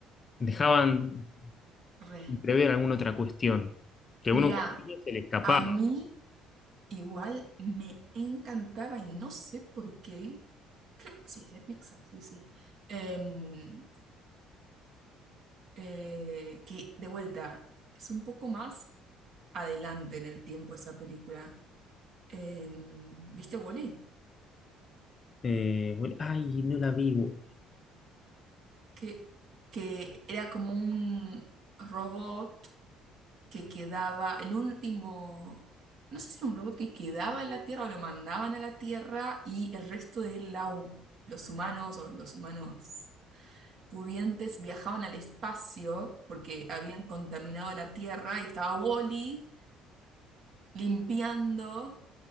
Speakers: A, on the left; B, on the right.
A: dejaban
B: Re.
A: prever alguna otra cuestión, que a
B: Mirá,
A: uno como niño se le escapaba.
B: a mí igual me encantaba y no sé por qué. Creo sí, es de Pixar, sí, sí. Em, eh, que de vuelta, es un poco más adelante en el tiempo esa película. eh, ¿viste Wall-E?
A: Eh, bueno, ay, no la vivo.
B: Que, que era como un robot que quedaba, el último, no sé si era un robot que quedaba en la Tierra o lo mandaban a la Tierra y el resto de la, hu- los humanos o los humanos pudientes viajaban al espacio porque habían contaminado la Tierra y estaba Wall-E limpiando